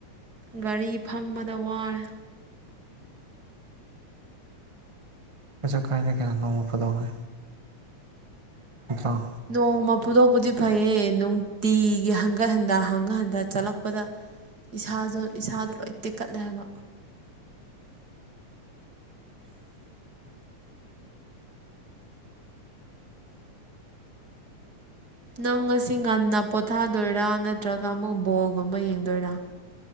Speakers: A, on the right; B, on the right.
A: ꯒꯥꯔꯤ ꯐꯝꯕꯗ ꯋꯥꯔꯦ
B: ꯀꯩꯪꯩꯁꯨ ꯀꯥꯏꯗꯦ ꯅꫭꯡ ꯐꯥꯗꫭꯛꯅꯤ ꯇ꯭ꯔꯣ
A: ꯅꯣꯡꯃ ꯐꯨꯗꯣꯛꯄꯗꯤ ꯐꯩꯌꯦ ꯅꯨꯡꯇꯤꯒꯤ ꯍꯪꯒꯠ ꯍꯟꯗ ꯍꯪꯒꯠ ꯍꯟꯗ ꯆꯠꯂꯛꯄꯗ ꯏꯁꯥꯁꯨ ꯏꯁꯥꯗꯣ ꯂꯣꯏ ꯇꯦꯛꯀꯠꯂꯦ ꯍꯥꯏꯕ ꯅꯪ ꯉꯁꯤ ꯉꯟꯅ ꯄꯣꯊꯥꯗꯣꯏꯔꯥ ꯅꯠꯇ꯭ꯔꯒ ꯑꯃꯨꯛ ꯕꯣꯜꯒꯨꯝꯕ ꯌꯦꯡꯗꯣꯏꯔꯥ